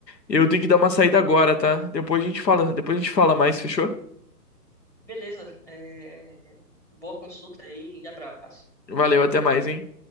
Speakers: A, on the left; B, in the centre.
A: Eu tenho que dar uma saída agora, tá? Depois a gente fala, depois a gente fala mais, fechou?
B: Beleza. é, boa consulta aí e abraço.
A: Valeu, até mais, hein?